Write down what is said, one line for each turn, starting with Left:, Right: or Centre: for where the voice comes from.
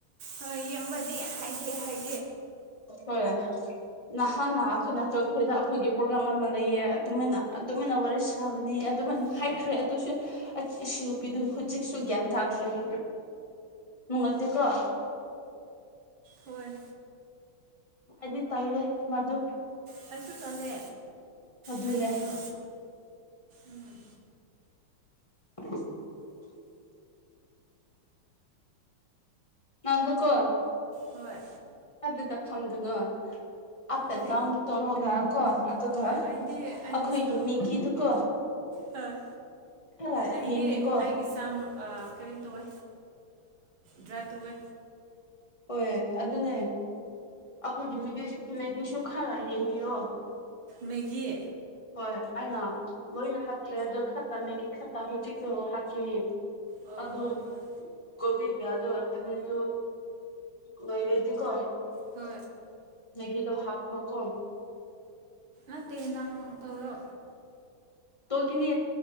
Right: ꯍꯣꯏ ꯌꯦꯡꯕꯗꯤ ꯍꯥꯏꯒꯦ ꯍꯥꯏ꯫
Left: ꯍꯣꯏ ꯅꯍꯥꯟ ꯑꯈꯣꯏꯅ ꯈꯣꯏꯗ ꯑꯩꯈꯣꯏꯒꯤ ꯄ꯭ꯔꯣꯒ꯭ꯔꯥꯝ ꯑꯃ ꯂꯩꯌꯦ ꯑꯗꯨꯃꯥꯏꯅ ꯑꯗꯨꯃꯥꯏꯅ ꯋꯥꯔꯤ ꯁꯥ ꯃꯅꯤ ꯑꯗꯨꯃꯥꯏꯅ
Right: ꯆꯨꯝꯃꯦ
Left: ꯍꯥꯏꯈ꯭ꯔꯦ ꯑꯗꯨꯁꯨ ꯑꯥ ꯏꯁꯤꯡ ꯅꯨꯄꯤꯗꯨ ꯍꯧꯖꯤꯛꯁꯨ ꯒ꯭ꯌꯥꯟ ꯇꯥꯗ꯭꯭ꯔꯔꯤ ꯅꯨꯡꯉꯥꯏꯇꯦꯀ꯭ꯔꯣ
Right: ꯍꯣꯏ
Left: ꯑꯗꯤ ꯇꯂꯦ ꯃꯗꯨ
Right: ꯀꯁꯨ ꯇꯂꯦ
Left: ꯑꯗꯨꯅꯦ
Right: ꯍꯥꯏꯕꯅꯣ ꯎꯝ
Left: ꯎꯝ ꯅꯗꯨꯀꯣ
Right: ꯍꯣꯏ
Left: ꯑꯗꯨꯗ ꯇꯞ ꯐꯪꯗꯨꯉ ꯑꯞ
Right: ꯀꯔꯤ
Left: ꯑꯦꯟ ꯗꯥꯎꯟ ꯇꯧꯔꯒ ꯀꯣ ꯑꯗꯨꯒ
Right: ꯍꯣꯏ ꯑꯩꯗꯤ ꯑꯩꯒꯤ
Left: ꯑꯩꯈꯣꯏꯒꯤ
Right: ꯁꯝ
Left: ꯃꯤꯒꯤꯗꯨꯀꯣ
Right: ꯍꯣꯏ
Left: ꯈꯔ
Right: ꯑꯩꯒꯤ
Left: ꯌꯦꯡꯕꯤꯀꯣ
Right: ꯑꯩꯒꯤ ꯁꯝ ꯀꯔꯤ ꯇꯧꯋꯦ ꯗ꯭ꯔꯥꯏ ꯇꯧꯋꯦ
Left: ꯍꯣꯏ ꯑꯗꯨꯅꯦ ꯑꯩꯈꯣꯏꯒꯤꯗꯤꯗꯤꯁꯨ ꯈꯔ ꯌꯦꯡꯕꯤꯌꯣ
Right: ꯃꯒꯤ
Left: ꯍꯣꯏ ꯑꯩꯅ ꯂꯣꯏꯅ ꯍꯥꯈ꯭ꯔꯦ ꯑ ꯇꯃꯦꯒꯤ ꯈꯠꯇ ꯍꯖꯤ ꯍꯥꯀꯤ
Right: ꯑꯣ
Left: ꯑꯗ
Right: ꯍꯣꯏ ꯍꯣꯏ
Left: ꯀꯣ ꯌꯥꯌꯥꯖ ꯑꯈꯅꯦ ꯆ ꯀꯩꯔꯦꯗꯤ ꯀꯣꯟ
Right: ꯍ
Left: ꯃꯦꯒꯤꯗꯣ ꯍꯥꯞꯄ ꯀꯣ
Right: ꯑ ꯇꯟꯅ ꯇꯂꯣ
Left: ꯇꯣꯒꯤꯅꯦ